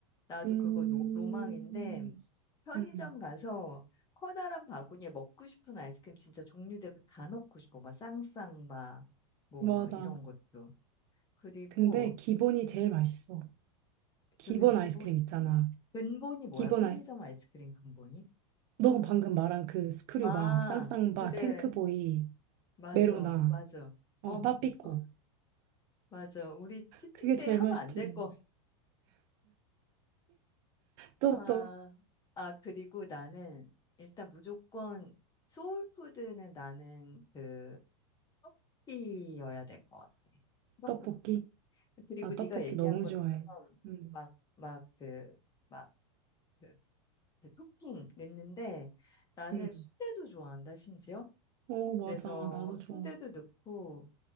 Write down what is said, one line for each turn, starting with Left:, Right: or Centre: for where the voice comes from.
Left: 나도
Right: 음,
Left: 그거 노- 로망인데 편의점
Right: 음,
Left: 가서 커다란 바구니에 먹고 싶은 아이스크림 진짜 종류대로 다 넣고 싶어. 막 쌍쌍바, 뭐
Right: 맞아.
Left: 막 이런 것도. 그리고
Right: 근데 기본이 제일 맛있어. 기본
Left: 그게 기본이
Right: 아이스크림 있잖아.
Left: 뭐야? 근본이 뭐야?
Right: 기본
Left: 편의점
Right: 아이,
Left: 아이스크림 근본이?
Right: 너가 방금 말한 그 스크류바,
Left: 아,
Right: 쌍쌍바,
Left: 그래.
Right: 탱크보이,
Left: 맞아,
Right: 메로나,
Left: 맞아.
Right: 어,
Left: 어, 맞아.
Right: 빠삐꼬.
Left: <laughs> 맞아. 우리 치팅데이
Right: 그게 제일
Left: 하면
Right: 맛있지.
Left: 안 될 거.
Right: 또,
Left: 아,
Right: 또,
Left: 아, 그리고 나는 일단 무조건 소울푸드는 나는 그 떡볶이여야 될 것 같아. 떡볶이.
Right: 떡볶이.
Left: 그리고
Right: 나 떡볶이
Left: 네가 얘기한
Right: 너무
Left: 것처럼
Right: 좋아해. 음,
Left: 막 막 그막그 그 토핑 넣는데 나는
Right: 음.
Left: 순대도 좋아한다 심지어.
Right: 어, 맞아.
Left: 그래서
Right: 나도 좋아.
Left: 순대도 넣고